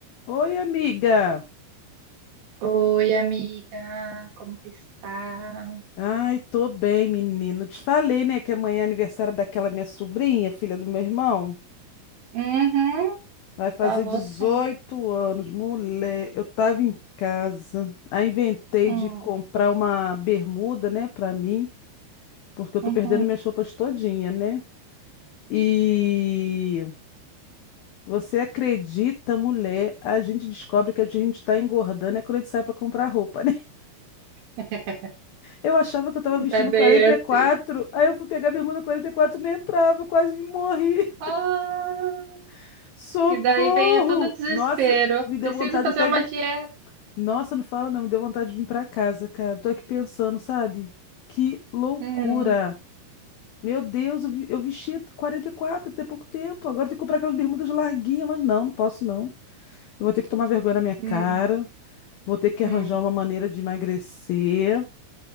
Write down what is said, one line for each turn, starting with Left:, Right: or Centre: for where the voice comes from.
Left: Oi, amiga.
Right: Oi, amiga, como que está?
Left: Ai, tô bem, menino. Te falei, né, que amanhã é aniversário daquela minha sobrinha, filha do meu irmão.
Right: Uhum,
Left: Vai fazer
Right: falou
Left: 18
Right: sim.
Left: anos. Mulher, eu tava em casa. Aí inventei
Right: Hum,
Left: de comprar uma bermuda, né, pra mim, porque eu tô
Right: uhum.
Left: perdendo minhas roupas todinha, né? E você acredita, mulher? A gente descobre que a gente tá engordando é quando a gente sai pra comprar roupa, né?
Right: <laughs>
Left: Eu achava que eu tava vestindo
Right: É bem
Left: 44.
Right: assim.
Left: Aí eu fui pegar a bermuda 44, nem entrava, eu quase me morri.
Right: Ah,
Left: <laughs> Socorro!
Right: e daí vem todo o desespero.
Left: Nossa, me deu
Right: Preciso
Left: vontade
Right: fazer
Left: até
Right: uma
Left: de.
Right: dieta.
Left: Nossa, não fala não, me deu vontade de vir pra casa, cara. Tô aqui pensando, sabe? Que loucura!
Right: Hum,
Left: Meu Deus, eu, vi... eu vestia 44 até pouco tempo. Agora tem que comprar aquelas bermudas larguinhas, mas não, não posso não. Eu vou ter que tomar vergonha na minha cara.
Right: hum,
Left: Vou ter que
Right: hum,
Left: arranjar uma maneira de emagrecer.